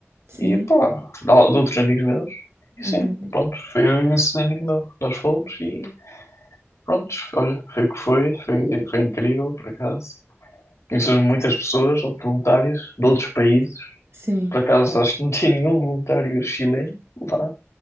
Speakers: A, on the right; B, on the left.
A: Sim.
B: E pá, de, de outros amigos meus. E
A: Uhum.
B: sim, pronto, foi eu e esse amigo meu. Nós fomos e pronto, olha, foi o que foi, foi, foi incrível, por acaso. Conheces muitas pessoas, voluntários de outros países,
A: Sim.
B: Por acaso acho que não tinha nenhum voluntário chileno lá.